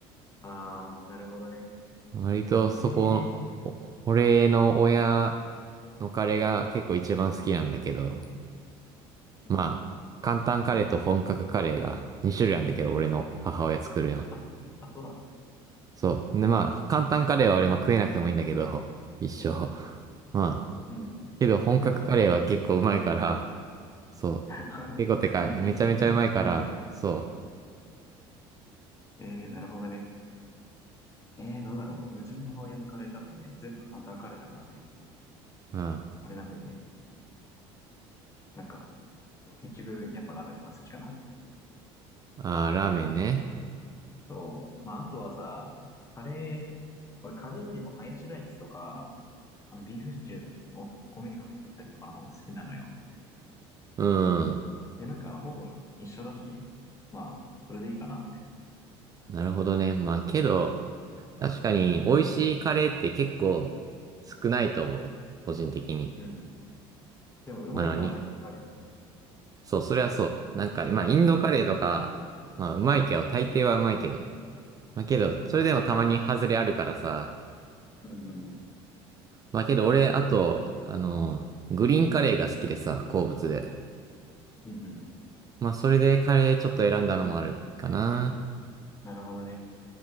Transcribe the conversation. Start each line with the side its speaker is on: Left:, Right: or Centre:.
Left: ああ、なるほどね。
Right: 割とそこ、
Left: ええ
Right: お俺の親のカレーが結構一番好きなんだけど、
Left: ーうんうん。
Right: まあ、簡単カレーと本格カレーが2種類あるんだけど、俺の母親作るの。
Left: あ、あ、そうなの
Right: そう。で、まあ、簡単カレーは俺も食えなくてもいいんだけど、一生。まあ、
Left: うん。
Right: けど本格カレーは結構うまいから、
Left: <laughs>
Right: そう。
Left: <laughs>
Right: 結構てかい、
Left: 一食食えなくていいの。
Right: めちゃめちゃうまいから、そ
Left: えー、なるほどね。えー、どうだろう。うちの母親のカレー多分ね、全部簡単カレーだからね、
Right: う。うん。あ
Left: あれなんだよね。なんか、そう結局、やっぱラーメンの方が好きかなって。
Right: あ、ラーメンね。
Left: そう。まあ、あとはさ、カレー、俺カレーよりもハヤシライスとか、あの、ビーフシチューを米にかけて食ったりとかの方が好きなのよ。
Right: うん。
Left: で、なんか、ほぼ一緒だし、まあ、それでいいかなって。
Right: なるほどね。まあけど、確かに美味しいカレーって結構少ないと思う。個人的に。
Left: うん。でも、うまいラーメンいっぱいあるよね。
Right: まあのに。そう、それはそう。なんか、まあインドカレーとか、まあうまいけど、大抵はうまいけどね。まあけど、
Left: うん、
Right: それでもたまに外れあるからさ。
Left: 確かに確かに。うんうん。
Right: まあけど俺、あと、あのー、グリーンカレーが好きでさ、好物で。
Left: うんうん。
Right: まあそれでカレーちょっと選んだのもあるかな。
Left: なるほどね。